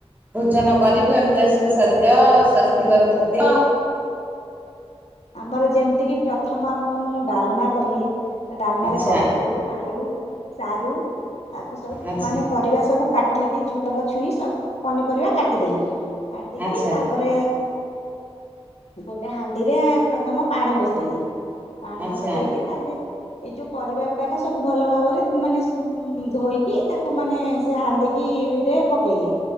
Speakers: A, on the right; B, on the left.
A: ଭୋଜନ କରିବୁ ଏମିତିଆ ସୁସାଦ୍ୟ ସ୍ଵାସ୍ତିକର ଖାଦ୍ୟ।
B: ଆମର ଯେମିତି କିି ପ୍ରଥମ ମୁଁ ଡାଲମା କଲି ଡାଲମାରେ
A: ଆଚ୍ଛା
B: କଖାରୁ ଆଳୁ, ସାରୁ ତାକୁ ସବୁ
A: ଆଚ୍ଛା
B: ମାନେ ପରିବା ସବୁ ଝୁଡ଼ଙ୍ଗ, ଛୁଇଁ ସବୁ ପନିପରିବା କାଟିଦେଲି। କାଟିକି
A: ଆଚ୍ଛା
B: ତାପରେ ଗୋଟେ ହାଣ୍ଡିରେ ପ୍ରଥମ ପାଣି ବସେଇଲି ପାଣି
A: ଆଚ୍ଛା
B: ବସେଇକି ତାପରେ ଏଇ ଯୋଉ ପରିବା ଗୁଡାକ ସବୁ ଭଲ ଭାବରେ ମାନେ ସେ ଧୋଇକି ତାକୁ ମାନେ ସେ ହାଣ୍ଡିିକି କି ରେ ପକେଇଲି।